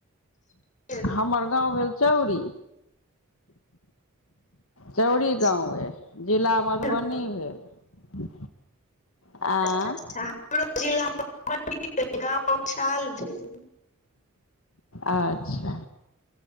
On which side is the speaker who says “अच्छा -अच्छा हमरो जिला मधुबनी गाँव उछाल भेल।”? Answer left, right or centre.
Left